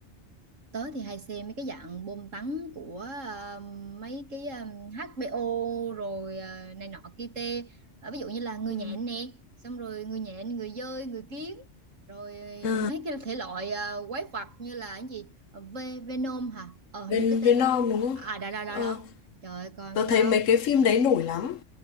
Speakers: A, on the right (about 80°); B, on the left (about 80°).
A: tớ thì hay xem mấy cái dạng bom tấn của ờ, mấy cái ờ, HBO rồi ờ, này nọ kia tê Ờ, ví dụ như là người
B: Ừ.
A: nhện nè xong rồi người nhện người dơi người kiến rồi
B: À,
A: mấy cái thể loại ờ, quái vật như là cái gì Ờ, Ve- Venom hả ờ hình
B: bên
A: như cái tên
B: Vietnam đúng không?
A: à đó đó đó
B: Ờ,
A: đó trời ơi, coi
B: tớ
A: mấy cái
B: thấy
A: đó
B: mấy cái phim đấy nổi lắm.